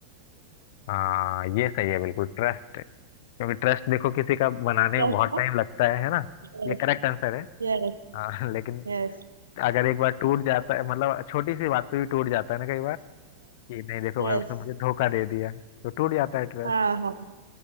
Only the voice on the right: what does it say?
Trust
Yes
Yes
Yes
Yes
हाँ हाँ